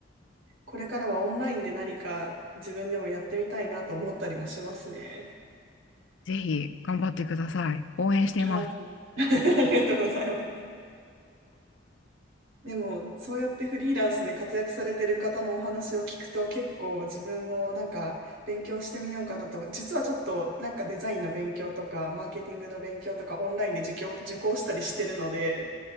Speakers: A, on the right (about 85°); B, on the left (about 70°).
A: これからはオンラインで何か自分でもやってみたいなと思ったりもしますね。
B: ぜひ頑張ってください。応援してます。
A: はい <laughs> ありがとうございます。でも、そうやってフリーランスで活躍されてる方のお話を聞くと結構自分もなんか勉強してみようかなと。実はちょっとなんかデザインの勉強とかマーケティングの勉強とかオンラインで受講、受講したりしてるので、